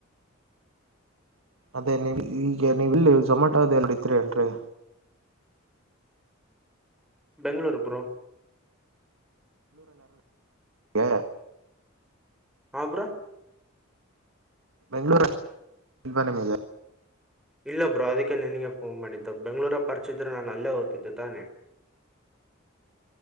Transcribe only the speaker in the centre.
ಬೆಂಗಗಳೂರು ಬ್ರೋ
ಹಬರಾ
ಇಲ್ಲ ಬ್ರೋ ಅದಕ್ಕೆ ನಿನಗೆ ಫೋನ್ ಮಾಡಿದ್ದು ಬೆಂಗಗಳೂರ ಪರ್ಚಿದ್ರೆ ನಾನು ಅಲ್ಲೇ ಓ್ತಿದ್ದೆ ತಾನೆ <inaudible>